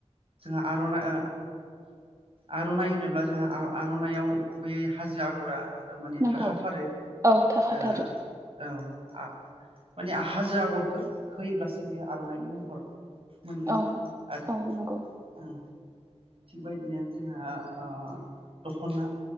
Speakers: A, on the right; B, on the right.
A: जोंहा आरनाय ओ आर'नाय होनोब्ला जोंहा आ-आर'नायाव गुबैयै हाजो आगरा ओ माने
B: नंगौ
A: थाखाथारो
B: औ थाखाथारो
A: ओ औ आ माने हाजो आगरखो होयोब्लासो बियो आर'नायनि महर मोनगोन
B: औ
A: आरो
B: औ नंगौ
A: अम थिगबायदिनो जोंहा ओ दख'ना